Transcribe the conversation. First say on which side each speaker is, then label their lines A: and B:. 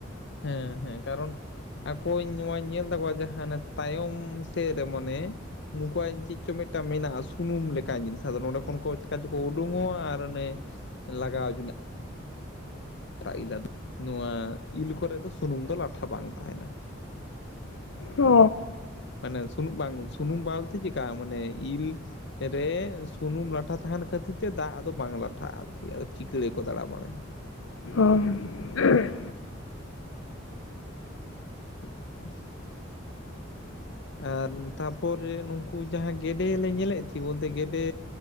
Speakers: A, on the left; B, on the left.
A: ᱦᱮᱸ ᱦᱮᱸ ᱠᱟᱨᱚᱱ ᱟᱠᱚᱧ ᱱᱚᱣᱟᱧ ᱧᱮᱞ ᱛᱟᱠᱚᱣᱟ ᱡᱟᱦᱟᱸ ᱦᱟᱱᱮ ᱛᱟᱭᱚᱢ ᱥᱮᱫ ᱨᱮ ᱢᱟᱱᱮ ᱱᱩᱠᱩᱣᱟᱜ ᱪᱮᱫ ᱪᱚᱝ ᱢᱤᱫᱴᱟᱝ ᱢᱮᱱᱟᱜᱼᱟ ᱥᱩᱱᱩᱢ ᱞᱮᱠᱟᱱ ᱡᱤᱱᱤᱥ, ᱟᱫᱚ ᱱᱚᱰᱮ ᱠᱷᱚᱱ ᱠᱚ ᱪᱤᱠᱟ ᱪᱚᱠᱚ ᱩᱰᱩᱝᱚᱜᱼᱟ ᱟᱨ ᱚᱱᱮ ᱞᱟᱜᱟᱣ ᱡᱚᱱᱟᱜ <unintelligible> ᱱᱚᱣᱟ ᱤᱞ ᱠᱚᱨᱮ ᱫᱚ ᱥᱩᱱᱩᱢ ᱫᱚ ᱞᱟᱴᱷᱟ ᱵᱟᱝ ᱛᱟᱦᱮᱸᱱᱟ᱾
B: ᱚᱻ
A: ᱢᱟᱱᱮ ᱥᱩᱱᱩᱢ ᱵᱟᱝ ᱥᱩᱱᱩᱢ ᱵᱟᱞᱛᱮ ᱪᱮᱞᱠᱟ ᱢᱟᱱᱮ ᱤᱞ ᱨᱮ ᱥᱩᱱᱩᱢ ᱞᱟᱴᱷᱟ ᱛᱟᱦᱮᱸᱱ ᱠᱷᱟᱹᱛᱤᱨ ᱛᱮ ᱫᱟᱜ ᱟᱫᱚ ᱵᱟᱝ ᱞᱟᱴᱷᱟᱜᱼᱟ᱾ ᱟᱨᱠᱤ ᱪᱤᱠᱟᱹᱲ ᱜᱮᱠᱚ ᱫᱟᱬᱟ ᱵᱟᱲᱟᱭᱟ᱾
B: ᱦᱚᱭ ᱾
A: <inaudible> ᱟᱨ ᱛᱟᱯᱚᱨᱮ ᱱᱩᱠᱩ ᱡᱟᱦᱟᱸ ᱜᱮᱰᱮ ᱞᱮ ᱧᱮᱞᱮᱫ ᱠᱚ ᱵᱚᱞᱛᱮ ᱜᱮᱰᱮ